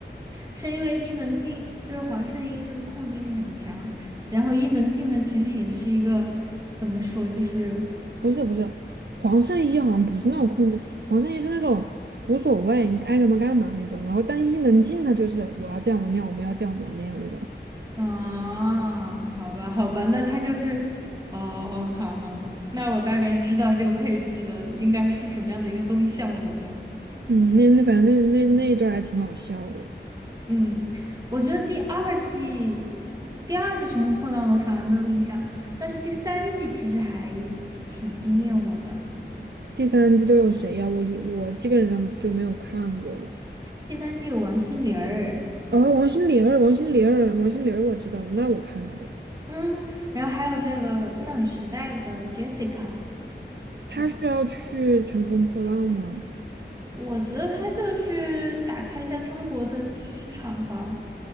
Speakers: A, on the right; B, on the right.
A: 是因为伊能静就是黄圣依，是不是控制欲很强？然后伊能静呢，其实也是一个怎么说，就是
B: 不是不是，黄圣依好像不是那种控制，黄圣依是那种无所谓，你爱干嘛干嘛那种。然后但伊能静她就是我要这样我那样，我们要这样我们要那样那种。
A: 啊，好吧，好吧，那他就是哦哦，好好好，那我大概知道这个配置的应该是什么样的一个综艺效果了。
B: 嗯，那那反正那那那一段儿还挺好笑的。
A: 嗯，我觉得第二季，第二季《乘风破浪》我反而没有印象，但是第三季其实还挺惊艳我的。
B: 第三季都有谁呀、我一我基本上就没有看过了。
A: 第三季有王心凌儿，
B: 哦，王心凌儿，王心凌儿，王心凌儿，我知道，那我看了的。
A: 嗯，然后还有那个少女时代的 Jessica，
B: 她是要去乘风破浪吗？
A: 然我觉得她就是打开一下中国的市场吧。